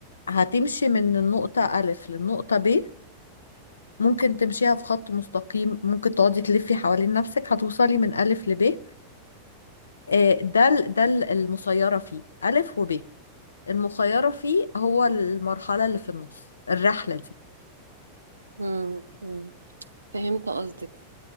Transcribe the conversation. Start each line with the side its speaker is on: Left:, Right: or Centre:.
Left: هتمشي من النقطة ألف للنقطة ب ممكن تمشيها في خط مستقيم ممكن تقعدي تلفي حوالين نفسك هتوصلي من ألف لب آه، ده ال- ده ال- المسيرة فيه ألف وب المخيرة فيه هو المرحلة اللي في النص الرحلة دي
Right: امم فهمت قصدك